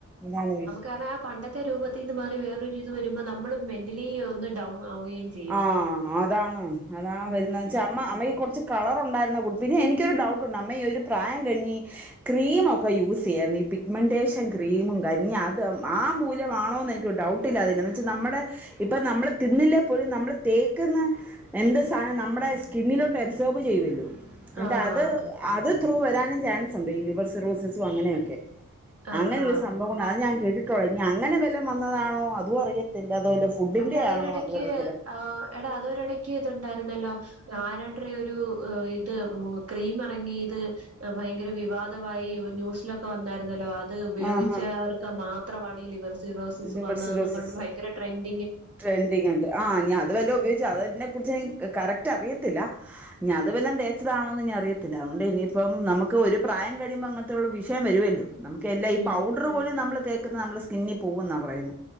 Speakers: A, in the centre; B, on the right (about 45°).
A: അതാണ് വിഷ്
B: കാരണം ആഹ് പണ്ട റ്റൊരൂപത്തീന്ന് മാറി വേറൊരു ഇത് വരുമ്പോ നമ്മള് മെന്റലി ഒന്ന് ഡൗൺ ആവും എ
A: ആഹ് അതാണ് അതാ
B: ഉം
A: വരുന്നേ ന്ന് വെച്ചാ അമ്മ അമ്മയ്ക്ക് കുറച്ച് കളറുണ്ടായിരുന്ന കൂ പിന്നെ എനിക്കൊരു ഡൗട്ടുണ്ട് അമ്മ ഈ ഒരു പ്രായം കഴിഞ്ഞ് ക്രീമൊക്കെ യൂസ് ചെയ്യായിരുന്നു ഈ പിഗ്മെന്റേഷൻ ക്രീമും കഞ്ഞി അത് ആഹ് മൂലമാണോന്ന് എനിക്കൊരു ഡൗട്ട് ട്ടില്ല അതെന്നാന്ന് വെച്ചാൽ നമ്മുടെ ഇപ്പ നമ്മള് തിന്നില്ലേ എപ്പോഴും നമ്മൾ തേക്കുന്ന എന്ത് സാനം നമ്മുടെ സ്കിന്നിലോട്ട് അബ്സോർബ് ചെയ്യുവല്ലോ? ന്നട്ട്
B: ആഹ്
A: അത് അത് ത്രൂ വരാനും ചാൻസുണ്ട് ഈ ലിവർ സിറോസിസും അങ്ങനെയൊക്കെ
B: ആഹ്
A: അങ്ങനെയൊരു
B: ഹാ
A: സംഭവം ഉണ്ട് അത് ഞാൻ കേട്ടിട്ടുള്ളാ ഇനി അങ്ങനെ വല്ലം വന്നതാണോ അതും അറിയത്തില്ല അതോല്ല ഫുഡിന്റെ
B: അല്ല അതൊരിടക്ക്
A: ആണോ അതുവറിയ
B: ആഹ് എടാ അതൊരിടക്ക് ഇത്ണ്ടായിരുന്നല്ലോ ആരാണ്ട്ര് ഒരു ഇത് ക്രീം ഇറങ്ങി ഇത് ഏഹ് ഭയങ്കര വിവാദവായി ഓഹ് ന്യൂസിലൊക്കെ വന്നായിരുന്നല്ലോ ആത് അത് ഉപയോഗിച്ചവർക്ക്
A: ആഹാ
B: മാത്രവാണ് ഈ ലിവർ സിറോസിസ്
A: ലിവർ
B: വന്നതെന്ന്
A: സിറോസിസ്
B: പറഞ്ഞ്ട്ട് ഭയങ്കര ട്രെൻ്റിങ്
A: ട്രെൻഡിങ് ഉണ്ട് ആഹ് ഞ്ഞി അത് വല്ലാം ഉപയോഗിച്ചതാ അതന്നെ കുറിച്ച് ൻ കറക്റ്റ് അറിയത്തില്ല. ഞ്ഞി അത് വല്ലതും തേച്ചതാണോന്ന്ഇനി അറിയത്തില്ല. അതുകൊണ്ട് ഇനിയിപ്പം നമുക്ക് ഒരു പ്രായം കഴിയുമ്പോ അങ്ങനത്തെയുള്ള വിഷയം വരുവല്ലോ? നമുക്ക് എല്ലാം ഈ
B: ഉം
A: പൗഡർ പോലും നമ്മള് തേക്കുന്ന നമ്മളെ സ്കിന്നി പോവും എന്നാ പറയുന്നെ